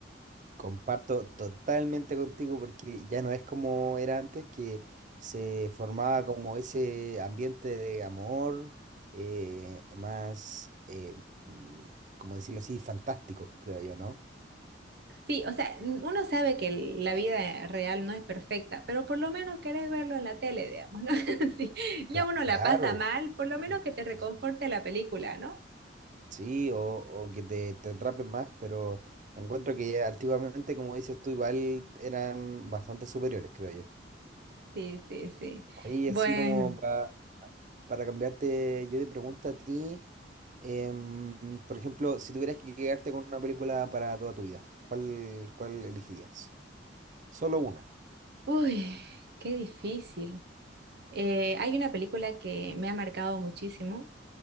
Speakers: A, on the right; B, on the right.
A: Comparto totalmente contigo porque ya no es como era antes, que se formaba como ese ambiente de amor eh, más, eh, mm, como decirlo así, fantástico, creo yo, ¿no?
B: Sí, o sea, n- uno sabe que el- la vida real no es perfecta, pero por lo menos querés verlo en la tele, digamos, ¿no? <laughs> Sí, ya
A: Cla-
B: uno la
A: claro.
B: pasa mal, por lo
A: Sí,
B: menos que te reconforte
A: sí, sí.
B: la película, ¿no?
A: Sí, o, o que te, te atrapen más, pero encuentro que antiguamente, como dices tú, igual eran bastante superiores, creo yo.
B: Sí, sí, sí.
A: Oye,
B: Bueno,
A: así como pa- para cambiarte yo de pregunta a ti, em, por ejemplo, si tuvieras que quedarte con una película para toda tu vida, ¿cuál, cuál elegirías? Solo una,
B: uy, qué difícil. Eh, hay una película que me ha marcado muchísimo,